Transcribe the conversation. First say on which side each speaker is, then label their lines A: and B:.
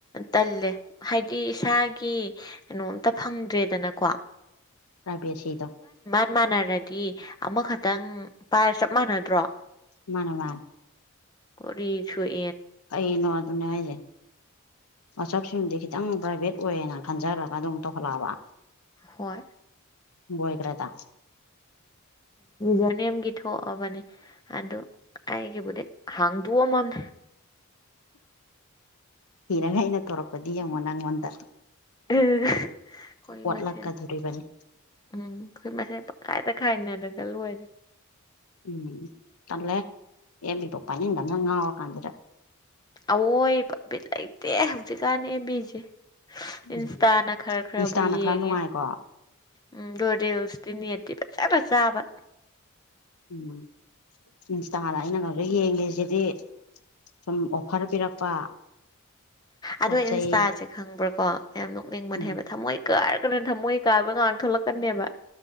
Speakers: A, on the left; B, on the left.
A: ꯇꯜꯂꯦ ꯍꯥꯏꯗꯤ ꯏꯁꯥꯒꯤ ꯀꯩꯅꯣꯝꯇ ꯐꯪꯗ꯭ꯔꯦꯗꯅꯀꯣ
B: ꯔꯄꯤꯌꯥ ꯁꯤꯗꯣ
A: ꯆꯞ ꯃꯥꯟꯅꯔꯗꯤ ꯑꯃꯈꯛꯇꯪ ꯄꯥꯏꯔ ꯆꯞ ꯃꯥꯟꯅꯗ꯭ꯔꯣ
B: ꯃꯥꯅꯦ ꯋꯥ
A: ꯀꯔꯤꯁꯨꯨꯏ
B: ꯑꯩꯩꯅꯣ ꯑꯗꯨꯅꯦ ꯍꯥꯏꯁꯦ ꯃꯆꯞꯁꯤꯡꯗꯤ ꯈꯤꯇꯪ ꯄ꯭ꯔꯥꯏꯚꯦꯠ ꯑꯣꯏꯌꯦꯅ ꯈꯟꯖꯔꯒ ꯑꯗꯨꯝ ꯇꯧꯍꯜꯂꯛꯑꯕ
A: ꯍꯣꯏ
B: ꯕꯣꯣꯏꯒ꯭ꯔꯗ
A: ꯖꯅꯤꯦꯝꯒꯤ ꯊꯣꯛꯑꯕꯅꯦ ꯑꯗꯨ ꯑꯩꯒꯤꯕꯨꯗꯤ ꯍꯥꯡꯗꯣꯛꯑꯝꯃꯝꯅꯦ
B: ꯏꯤꯔꯉ ꯑꯩꯅ ꯇꯧꯔꯛꯄꯗꯤ ꯌꯦꯡꯉꯣ ꯅꯪꯉꯣꯟꯗ
A: ꯑꯩꯈꯣꯏ
B: ꯑꯣꯠꯂꯛꯀꯗꯣꯔꯤꯕꯅꯤ
A: ꯃꯁꯦꯟ ꯎꯝ ꯑꯩꯈꯣꯏ ꯃꯁꯦꯟ ꯄꯪꯀꯥꯏꯗ ꯈꯥꯏꯅꯔꯒꯜꯂꯨ ꯑꯣꯏꯗ
B: ꯎꯝ ꯇꯂꯦ ꯑꯦꯕꯤ ꯄꯄꯥꯅꯤ ꯏꯅꯉ ꯀꯥꯟꯖꯔ
A: ꯑꯣ ꯄꯕꯤꯠꯂ ꯂꯩꯇꯦ ꯍꯧꯖꯤꯛꯀꯥꯟꯅ ꯑꯦꯝꯕꯤꯁꯦ ꯏꯟꯁꯇꯥꯅ
B: ꯎꯝ
A: ꯈꯔ ꯈꯔꯕꯨ
B: ꯏꯟꯁꯇꯥꯅ
A: ꯌꯦꯡꯉꯦ
B: ꯈꯔ ꯅꯨꯡꯉꯥꯏꯀꯣ
A: ꯎꯝ ꯗꯣꯗꯁꯗꯤꯅꯤꯠꯇ ꯐꯁ ꯐ ꯆꯕ
B: ꯎꯝ ꯏꯟꯁꯇꯥꯗ ꯑꯩꯅ ꯈ ꯌꯦꯡꯒꯦꯁꯤꯗꯤ ꯁꯨꯝ ꯑꯣꯐꯔ ꯄꯤꯔꯛꯄ ꯄꯣꯠ
A: ꯑꯗ
B: ꯆꯩ
A: ꯏꯟꯁꯇꯥꯁꯦ ꯈꯪꯕ꯭ꯔꯥꯀꯣ ꯌꯥꯝ ꯅꯣꯛꯅꯤꯡꯕꯅꯦ
B: ꯎꯝ
A: ꯍꯥꯏꯕ ꯊꯝꯃꯣꯏ ꯀꯥꯔꯒꯅ ꯊꯝꯃꯣꯏ ꯀꯥꯕ ꯉꯥꯡꯛ ꯀꯟꯕ